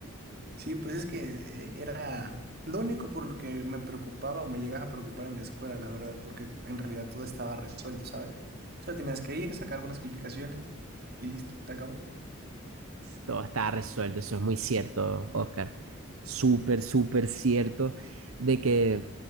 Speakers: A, on the right; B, on the right.
A: Sí, pues es que eh, era lo único por lo que me preocupaba o me llegaba a preocupar en la escuela, la verdad, porque en realidad todo estaba resuelto, ¿sabes? Solo tenías que ir, sacar buenas calificaciones y listo, se acabó.
B: Todo está resuelto, eso es muy cierto, Oscar. Súper, súper cierto de que